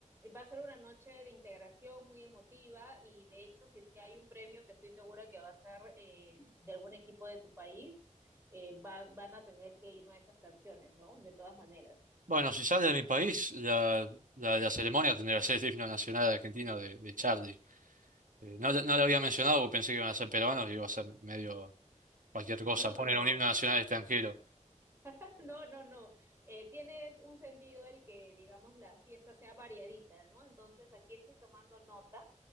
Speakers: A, on the right (about 20°); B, on the right (about 85°).
A: va a ser una noche de integración muy emotiva y de hecho, si es que hay un premio que estoy segura que va a ser eh, de algún equipo de tu país, eh, va- van a tener que ir una de estas canciones, ¿no? De todas maneras.
B: Bueno, si sale de mi país, la, la, la ceremonia tendría que ser el himno nacional argentino de, de Charlie. Eh, no, lo- no lo había mencionado porque pensé que iban a ser peruanos y iba a ser medio cualquier cosa.
A: No,
B: Ponen
A: no, no.
B: un himno nacional extranjero.
A: <laughs> No, no, no. Eh, tiene un sentido el que, digamos, la fiesta sea variadita, ¿no? Entonces aquí estoy tomando nota.